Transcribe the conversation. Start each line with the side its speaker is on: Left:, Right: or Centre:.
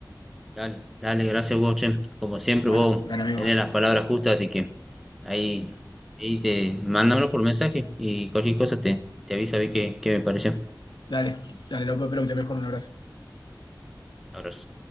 Centre: Dale, dale, gracias vos, che. Como siempre,
Left: Bueno,
Centre: vos
Left: dale, amigo.
Centre: tenés las palabras justas, así que ahí, ahí te mándamelo por mensaje y cualquier cosa te, te aviso a ver qué, qué me pareció.
Left: Dale, dale, loco, espero que te mejore un abrazo.
Centre: Abrazo.